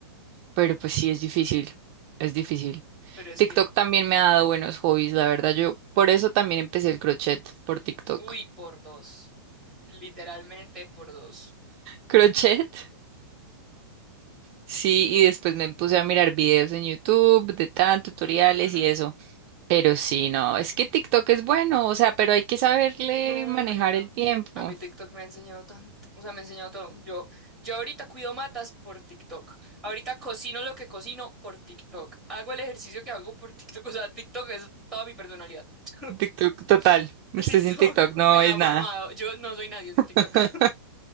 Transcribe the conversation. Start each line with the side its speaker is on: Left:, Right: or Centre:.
Right: Pero pues sí, es difícil, es difícil.
Centre: Pero es
Right: TikTok
Centre: que,
Right: también me ha dado buenos hobbies, la verdad. Yo por eso también empecé el crochet por TikTok.
Centre: uy,
Right: <laughs>
Centre: por dos. Literalmente por dos.
Right: ¿Crochet? Sí, y después me puse a mirar videos en YouTube de tan tutoriales
Centre: Ujú.
Right: y eso. Pero sí, no, es que TikTok es bueno, o sea, pero hay que saberle
Centre: No,
Right: manejar
Centre: marica.
Right: el tiempo.
Centre: A mí TikTok me ha enseñado tanto. O sea, me ha enseñado todo. Yo, yo ahorita cuido matas por TikTok. Ahorita cocino lo que cocino por TikTok. Hago el ejercicio que hago por TikTok. O sea, TikTok es toda mi personalidad. <laughs>
Right: TikTok total.
Centre: TikTok
Right: Usted sin TikTok no
Centre: me ha
Right: es
Centre: formado.
Right: nada.
Centre: Yo no soy nadie sin
Right: <laughs>
Centre: TikTok.